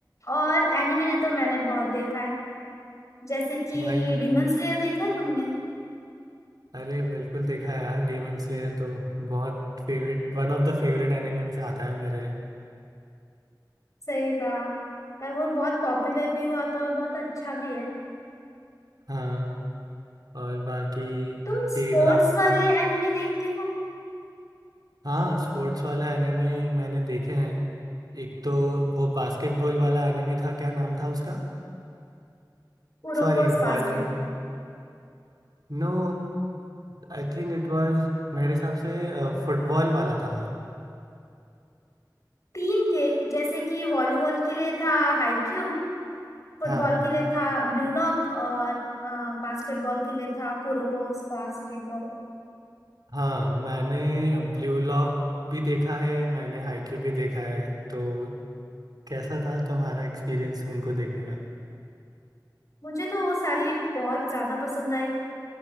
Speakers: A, on the left (about 45°); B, on the right (about 60°).
A: और एनिमे ने तो मैंने बहुत देखा है जैसे कि
B: वही ना
A: डिमन स्लेयर देखा है तुमने
B: अरे बिल्कुल देखा है यार डेमन स्लेयर तो बहुत favourite one of the favourite anime में से आता है मेरे लिए
A: सही कहा यार वो बहुत पॉपुलर भी हुआ था और बहुत अच्छा भी है
B: हाँ और बाकी
A: तुम
B: के
A: स्पोर्ट्स
B: ड्रामा
A: वाले एनिमे देखते हो
B: हाँ स्पोर्ट्स वाला एनिमे मैंने देखे हैं एक तो वो बास्केटबॉल वाला एनिमे था क्या नाम था उसका
A: उरोकोस
B: Sorry volley
A: बास्केटबॉल
B: no I think it was मेरे हिसाब से फुटबॉल वाला था
A: तीन थे जैसे कि वॉलीबॉल के लिए था हाईक्यू फुटबॉल
B: हाँ
A: के लिए था ब्लू लॉक और अ, बास्केटबॉल के लिए था कुरोकोस बास्केटबॉल
B: हाँ मैंने ब्लू लॉक भी देखा है मैंने हाईक्यू भी देखा है तो कैसा था तुम्हारा एक्सपीरियंस उनको देखने का
A: मुझे तो वो सारी बहुत ज्यादा पसंद आई